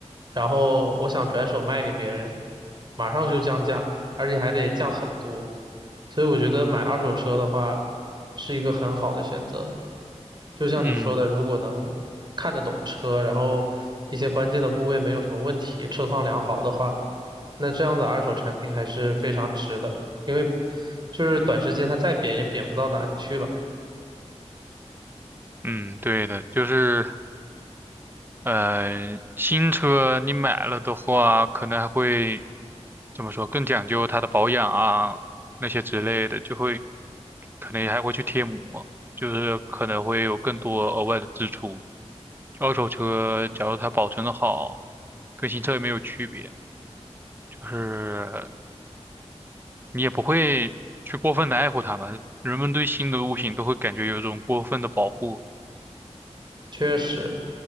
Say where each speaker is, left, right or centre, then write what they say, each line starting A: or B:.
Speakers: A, on the right; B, on the right.
A: 然后我想转手卖给别人，马上就降价，而且还得降很多，所以我觉得买二手车的话是一个很好的选择。就像你说的，
B: 嗯
A: 如果能看得懂车，然后一些关键的部位没有什么问题，车况良好的话，那这样的二手产品还是非常值的，因为就是短时间它再贬也贬不到哪里去了。
B: 嗯，对的，就是呃，新车你买了的话，可能还会怎么说，更讲究它的保养啊，那些之类的，就会可能还会去贴膜，就是可能会有更多额外的支出。二手车假如它保存的好，跟新车也没有区别，就是你也不会去过分的爱护它吧。人们对新的物品都会感觉有一种过分的保护。
A: 确实，